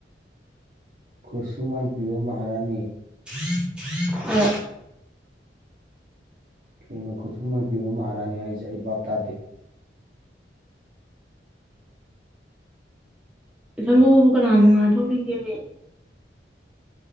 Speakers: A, on the right (about 50°); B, in the centre.
A: ꯈꯨꯁꯃꯥꯟ ꯄꯤꯕ ꯃꯍꯔꯥꯅꯤ
B: <unintelligible>
A: ꯀꯩꯅꯣ ꯈꯨꯠꯁꯨꯃꯟ ꯄꯤꯕ ꯃꯍꯥꯔꯥꯅꯤ ꯍꯥꯏꯁꯦ ꯑꯩ ꯕꯥꯞ ꯇꯥꯗꯦ
B: ꯏꯊꯟ ꯄꫭꯛꯄꯕꯨ ꯀꯟꯅꯥ ꯅꯨꯉꯥꯏꯗꯧꯔꯤꯒꯦꯅꯦ